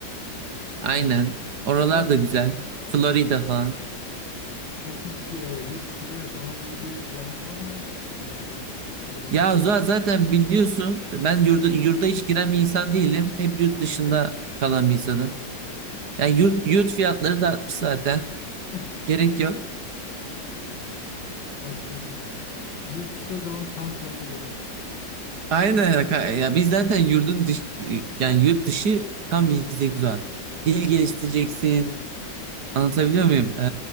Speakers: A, on the left (about 80°); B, on the right (about 65°).
A: ha.
B: Aynen. Oralar
A: Oraya,
B: da güzel. Florida falan.
A: peki bir, e, yurt dışında yaşama gibi bir planın var mı ileride? Ya da
B: Ya za- zaten biliyorsun ben yurda, yurda hiç giren bir insan değilim. Hep yurt
A: ha,
B: dışında
A: her yurt
B: kalan
A: dışında.
B: bir insanım.
A: Evet,
B: Yani yurt, yurt fiyatları da artmış zaten.
A: <laughs>
B: Gerek yok.
A: haklısın. Yurt dışı o zaman tam sana göre.
B: Aynen ya. ka- ya biz zaten yurdun dış, yani yurt dışı tam bizdeki zaten. Dil geliştireceksin.
A: Ha,
B: Anlatabiliyor muyum? Ee,